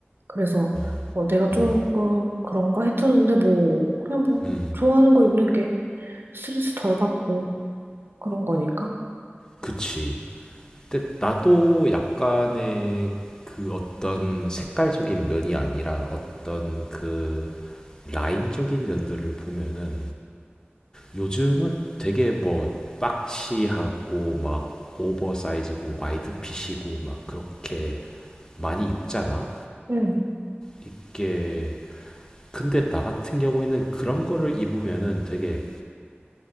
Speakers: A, on the right; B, on the left.
A: 그래서
B: 어.
A: 어, 내가
B: 어.
A: 조금 그런가 했었는데 뭐 그냥 뭐
B: 음.
A: 좋아하는 거 입는 게 스트레스 덜 받고 그런 거니까.
B: 그치. 근데 나도 약간의 그 어떤 색깔적인 면이 아니라 어떤 그 라인적인 면들을 보면은 요즘은 되게 뭐 박시하고 막 오버사이즈고 와이드핏이고 막 그렇게 많이 입잖아?
A: 응.
B: 이게 근데 나 같은 경우에는 그런 거를 입으면은 되게